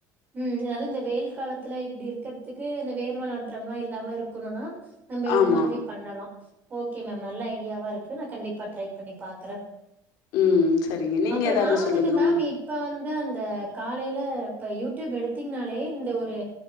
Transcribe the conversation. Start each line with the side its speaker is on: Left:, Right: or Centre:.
Right: ம் அதாவ்து இந்த வெயில் காலத்துல இப்டி இருக்கற்த்துக்கு இந்த வேர்வ நாற்றம்லா இல்லாம இருக் க்கணுனா நம்ப இது
Left: ஆமா.
Right: மாதிரி பண்ணலா ஓகே மேம் நல்ல ஐடியாவா இருக்கு நா கண்டிப்பா ட்ரை பண்ணி பாக்குறே
Left: ம் சரிங்க. நீங்க
Right: அப்பறோ
Left: ஏதாவது
Right: நா வந்துட்டு
Left: சொல்லுங்க
Right: மேம்
Left: உங்
Right: இ இப்ப வந்து அந்த காலைல இப்ப யூடியூப் எடுத்தீங்னாலே இந்த ஒரு